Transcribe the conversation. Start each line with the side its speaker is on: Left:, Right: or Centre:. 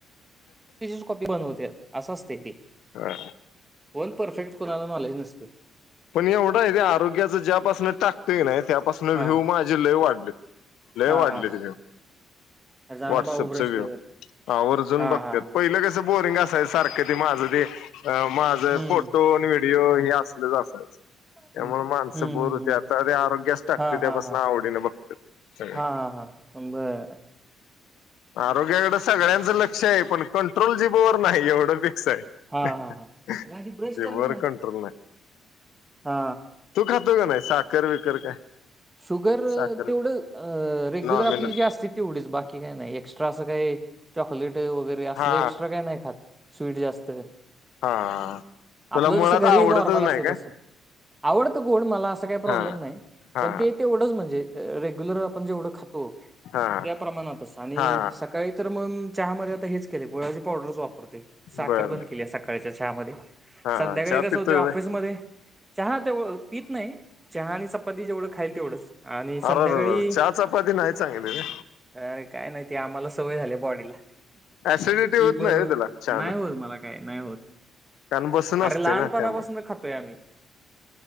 Right: त्याचीच कॉपी बनोत्यात असं असत्या य ते.
Left: हा.
Right: कोण परफेक्ट कोणाला नॉलेज नसते.
Left: पण एवढं आहे ते आरोग्याच ज्यापासन टातय नाही त्यापासून
Right: हा
Left: व्यू
Right: हा
Left: माझे लय वाढलेत. लय
Right: हा
Left: वाढली
Right: हा
Left: तिथे.
Right: हा. जा
Left: व्हाट्सअप
Right: ना बाबू ब्रश
Left: चा व्ह्यू
Right: कर
Left: वर्जन
Right: हा
Left: बघत
Right: हा हा
Left: पहिलं कस? बोरिंग असायच सारखं ते माझं ते माझं
Right: हम्म
Left: फोटो आणि व्हिडिओ
Right: हम्म.
Left: हे असलच अस त्यामुळे
Right: हम्म
Left: माणसं
Right: हम्म
Left: बोर होते
Right: हम्म
Left: आता आरोग्याच टाकते
Right: हा
Left: त्यापासून
Right: हा हा.
Left: आवडीने बघतात. सगळे
Right: हा हा हा बर!
Left: आरोग्याकडे सगळ्यांचं लक्ष आहे पण कंट्रोल जी भवर नाही एवढं बी असं
Right: हा हा
Left: <unintelligible>
Right: हा अग आधी ब्रश
Left: जीबर
Right: कर ना
Left: कंट्रोल नाही.
Right: हा
Left: तू खातो का नाही साखर बिकर काय?
Right: शुगर
Left: साखर
Right: तेवढं रेग्युलर
Left: नॉमिनल
Right: आपली जे असती तेवढीच बाकी काही नाही एक्स्ट्रा असं काय वगैरे अस
Left: हा
Right: एस्ट्रा काय नाही खात स्वीट जास्त
Left: हा तुला
Right: आपलं
Left: मुळात
Right: जसं घरी
Left: आवडतच
Right: नॉर्मल असते
Left: नाही काय
Right: तस. आवडत गोड मला असं काही प्रॉब्लेम
Left: हा
Right: नाही.
Left: हा
Right: पण ते तेवढंच म्हणजे रेग्युलर आपण जेवढं खा तो
Left: हा
Right: त्या प्रमाणातच आणि
Left: हा
Right: सकाळी तर मग चहा मध्ये आता हेच केले गुळा्याची पावडरच वापरतोय साखर
Left: बर
Right: बंद केली सकाळच्या चहामध्येध्ये
Left: हा
Right: संध्याकाळी
Left: हा चहा
Right: कसं
Left: पितोय
Right: होत ऑफिसमध्ये चहा तेवढ पीत नाही चहा आणि चपाती जेवढं खाईल तेवढंच. आणि संध्याकाळी
Left: अरेरे! चहा चपाती नाही चांगली रे.
Right: अरे काय नाही ते आम्हाला सवय झाली बॉडीला
Left: ऍसिडिटी
Right: ती
Left: होत
Right: बरोबर
Left: नाही हो त्याला चहानं
Right: नाही होत मला काय नाही होत.
Left: कारण बसून
Right: अरे
Left: असते
Right: लहानपणापासून
Left: ना त्यामुळे
Right: खातोय आम्ही.